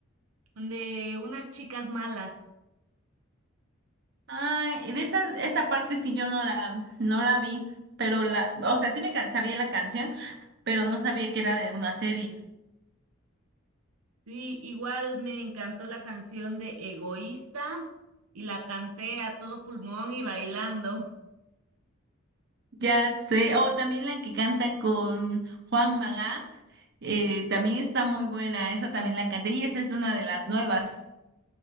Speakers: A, on the right (about 80°); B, on the right (about 50°).
A: de unas chicas malas.
B: Ay, de esa, esa parte sí yo no la, no la vi, pero la, o sea, sí me ca- sabía la canción, pero no sabía que era de una serie.
A: Sí, igual me encantó la canción de Egoísta y la canté a todo pulmón y bailando.
B: Ya sé, o también la que canta con Juan Magán, eh, también está muy buena, esa también la canté, y esa es una de las nuevas.